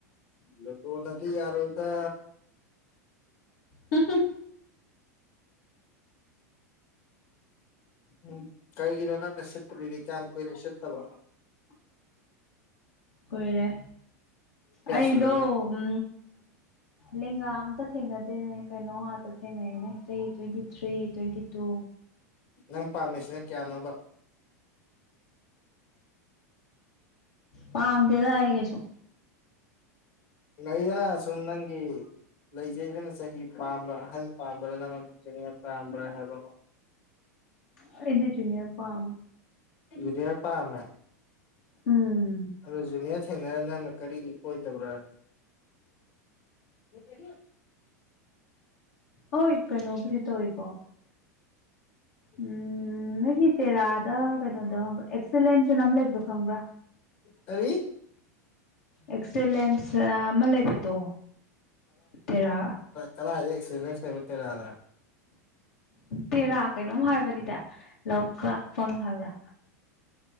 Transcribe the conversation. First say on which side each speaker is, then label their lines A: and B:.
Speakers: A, on the left (about 60°); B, on the left (about 75°).
A: ꯏꯂ ꯇꯅ ꯌꯥꯔꯣꯢꯗ
B: ꯍꯝ ꯍꯝ
A: ꯎꯝ ꯀꯥꯏꯒꯤꯅꯣ ꯅꯪꯅ ꯁꯦꯠꯇ ꯂꯩ ꯀꯌꯥꯝ ꯀꯨꯢꯔꯦ ꯁꯦꯠꯠꯇꯕ <unintelligible>
B: ꯀꯨꯏꯔꯦ ꯑꯩꯗꯣ
A: ꯁꯨꯔꯒꯦꯕ
B: ꯎ ꯂꯦꯡꯒꯥ ꯑꯝꯇ ꯊꯦꯡꯅꯗꯦꯅꯦ ꯀꯩꯅꯣ ꯉꯥꯛꯇ ꯊꯦꯡꯅꯩꯅꯦ ꯩꯑꯩ ꯇ꯭ꯋꯦꯟꯇꯤ ꯊ꯭ꯔꯤ ꯇ꯭ꯋꯦꯟꯇꯤ ꯇꯨ
A: ꯅꯪ ꯄꯥꯝꯃꯤꯁꯤꯅ ꯀꯌꯥꯅꯣꯕ
B: ꯄꯥꯝꯗꯦꯗꯥ ꯍꯥꯏꯌꯦ ꯀꯩꯁꯨ
A: ꯅꯩꯗꯅ ꯁꯨꯝ ꯅꯪꯒꯤ ꯂꯩꯖꯩꯗꯅꯪ ꯆꯍꯤ ꯄꯥꯝꯕ꯭ꯔꯥ ꯑꯍꯟ ꯄꯥꯝꯕ꯭ꯔꯥ ꯅꯪꯉꯣꯟ ꯆꯅꯤ ꯄꯥꯝꯕ꯭ꯔꯥ ꯍꯥꯏꯕ ꯑꯃ
B: ꯑꯩꯗꯤ ꯖꯨꯅꯌꯔ ꯄꯥꯝ
A: ꯑꯗꯨꯗꯤꯌꯥ ꯄꯥꯃꯦ
B: ꯎꯝ
A: ꯑꯗꯣ ꯖꯨꯅꯤꯌꯥꯔ ꯊꯦꯡꯅꯔ ꯅꯪꯅ ꯀꯔꯤꯒꯤ ꯀꯣꯏꯗꯕ꯭ꯔꯥ ꯀꯔꯤ
B: ꯍꯣꯏ ꯀꯩꯅꯣꯕꯨꯗꯤ ꯇꯧꯋꯦꯀꯣ
A: ꯎ
B: ꯎꯝ ꯅꯣꯏꯒꯤ ꯇꯦꯔꯥꯗ ꯀꯩꯅꯣꯗ ꯑꯦꯛꯁꯂꯦꯟꯁꯅ ꯑꯃ ꯂꯩꯕꯗꯣ ꯈꯪꯕ꯭ꯔꯥ
A: ꯀꯔꯤ
B: ꯑꯦꯛꯁꯦꯂꯦꯟꯁ ꯑꯃ ꯂꯩꯕꯗꯣ ꯇꯦꯔꯥ
A: ꯀꯔꯥꯢꯗꯩ ꯑꯦꯛꯁꯤꯂꯦꯟꯁ ꯂꯩꯕꯥ ꯇꯦꯔꯥꯗ
B: ꯇꯦꯔꯥ ꯀꯩꯅꯣꯝ ꯍꯥꯏꯕꯅꯤꯗ ꯂꯧꯀ꯭ꯔꯥꯛꯐꯝ ꯍꯥꯏꯕ꯭ꯔꯥ